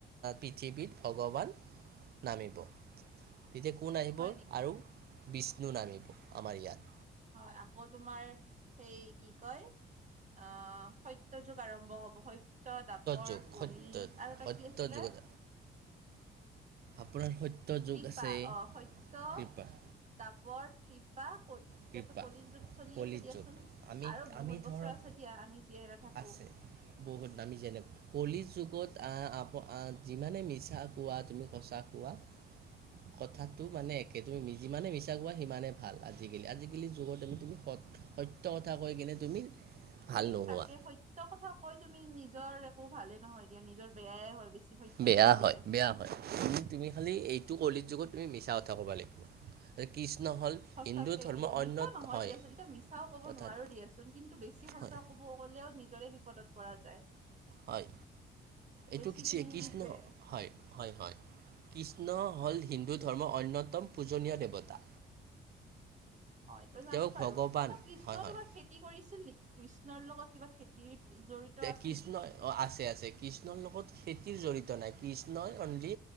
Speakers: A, on the right; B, on the right.
A: পৃথিৱীত ভগৱান নামিব তেতিয়া কোন আহিব
B: হয় নেকি
A: আৰু বিষ্ণু নামিব আমাৰ ইয়াত
B: হয় আকৌ তোমাৰ সেই কি কয় অ সত্য যুগ আৰম্ভ হ'ব সত্য, দ্বাপৰ,
A: যুগ
B: কলি
A: সত্য
B: আৰু এটা
A: সত্য
B: কি আছিলে?
A: যুগত আপোনাৰ সত্য যুগ
B: টিপা
A: আছে
B: অ সত্য
A: কৃপা
B: দ্বাপৰ, তৃপা কলি এতিয়াতো
A: কৃপা
B: কলিৰ যুগ চলি
A: কলি
B: আছে দিয়াচোন
A: যুগ আমি
B: আৰু
A: আমি
B: বহুত বছৰ
A: ধৰক
B: আছে। তেতিয়া আমি জীয়াই নাথাকো।
A: আছে বহুত নামি যেনে কলি যুগত আহ আপ যিমানে মিছা কোৱা তুমি সঁচা হোৱা কথাটো মানে একে তুমি যিমানে মিছা কোৱা সিমানে ভাল। আজিকালি আজিকালি যুগত আমি তুমি সত্য কথা কৈ কিনে তুমি ভাল
B: এ
A: নোহোৱা
B: তাকে সত্য কথা কৈ তুমি নিজৰ একো ভালে নহয় দিয়া নিজৰ বেয়াই হয় বেছি। সত্যত
A: বেয়া
B: থাকিলে
A: হয় বেয়া হয় তুমি খালি এইটো কলিত যুগত তুমি মিছা কথা ক'ব লাগিব কৃষ্ণ হ'ল
B: সঁচাকে
A: হিন্দু ধৰ্মৰ
B: মিছা
A: অন্য
B: নহয়
A: হয়
B: দিয়াচোন এতিয়া মিছাও কব
A: কথাত
B: নোৱাৰো দিয়াচোন কিন্তু বেছি সঁচা
A: হয়
B: কব কলেও নিজৰে বিপদত পৰা যায়।
A: হয় এইটো
B: বেছি
A: কি এক শ্ৰীকৃষ্ণ
B: তুমি সেইটোয়ে
A: হয় হয় হয় কৃষ্ণ হ'ল হিন্দু ধৰ্মৰ অন্যতম পূজনীয় দেৱতা।
B: অ এইটো জানো
A: তেওঁক
B: বাৰু
A: ভগৱান
B: কৃষ্ণ
A: হয় হয়
B: তোমাৰ খেতি কৰিছিল নেকি? কৃষ্ণৰ লগত কিবা খেতিত জড়িত আছে
A: কৃষ্ণ
B: নেকি?
A: আছে আছে কৃষ্ণৰ লগত খেতিৰ জড়িত নাই? কৃষ্ণই অনলি